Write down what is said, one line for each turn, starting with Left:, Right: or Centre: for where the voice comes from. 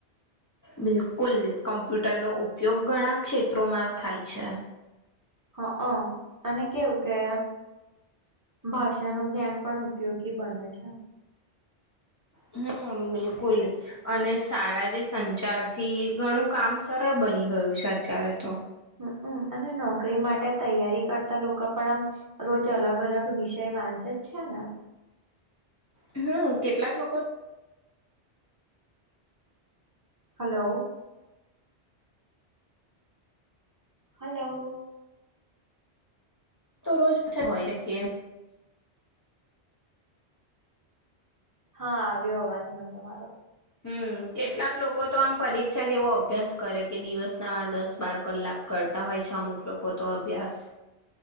Left: બિલકુલ. કમ્પ્યુટરનો ઉપયોગ ઘણા ક્ષેત્રોમાં થાય છે.
Right: હ, હ. અને કેવું કે. ભાષાનું જ્ઞાન પણ ઉપયોગી બને છે.
Left: હમ, બિલકુલ. અને સારા જે સંચાર થી ઘણું કામ સરળ બની. બની ગયું છે અત્યારે તો.
Right: હ, અને નોકરી માટે તૈયારી કરતા લોકો પણ આમ રોજ અલગ અલગ વિષય વાંચ છાણા.
Left: હમ, કેટલાક લોકો તો
Right: હલો. હલો.
Left: તો રોજ હોય કે
Right: હા, આવ્યો અવાજ. મન તમારો.
Left: હમ, કેટલાક લોકો તો આમ પરીક્ષા જેવો અભ્યાસ કરે કે દિવસ ના દસ-બાર કલાક કરે કરતા હોય છે અમુક લોકો તો અભ્યાસ